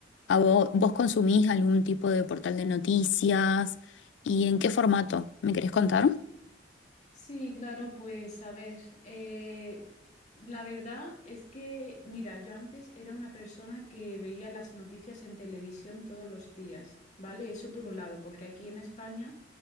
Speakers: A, on the left (about 80°); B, on the left (about 40°).
A: ¿a vo- vos, consumís algún tipo de portal de noticias? ¿Y en qué formato? ¿Me querés contar?
B: Sí, claro, pues a ver, eh, la verdad es que, mira, yo antes era una persona que veía las noticias en televisión todos los días, ¿vale? Eso por un lado, porque aquí en España